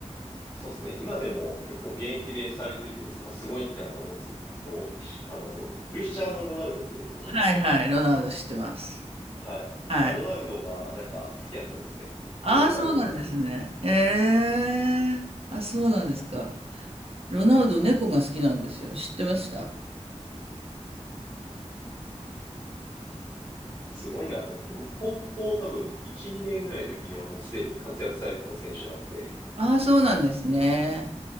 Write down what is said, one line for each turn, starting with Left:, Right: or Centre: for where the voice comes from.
Left: そうですね。今でも結構現役でされてて、す、まあ、すごいなと思うんですけど、あの、クリスチャーノ・ロナウドってご存知ですか
Right: はいはい、ロナウド知ってます。
Left: はい。
Right: はい。
Left: まあ、ロナウドがなんか好きやったですね。
Right: ああ、
Left: プレースタイルも。
Right: そうなんですね。へえ。あ、そうなんですか。ロナウド、猫が好きなんですよ。知ってました
Left: すごいなと思います。僕、高校多分、1、2年ぐらいの時にはもうすでに活躍されてた選手なんで。
Right: ああ、そうなんですね。